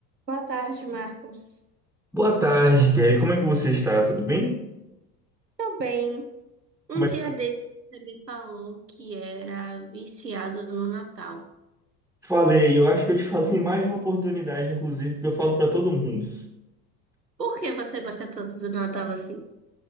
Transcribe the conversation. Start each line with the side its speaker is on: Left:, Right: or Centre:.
Right: Boa tarde, Marcos.
Centre: Boa tarde, Kelly. Como é que você está? Tudo bem?
Right: Tô bem. Um
Centre: Como
Right: dia
Centre: é que tá?
Right: desse você me falou que era viciado no Natal.
Centre: Falei, eu acho que eu te falei em mais de uma oportunidade, inclusive, porque eu falo para todo mundo.
Right: Por que você gosta tanto do Natal assim?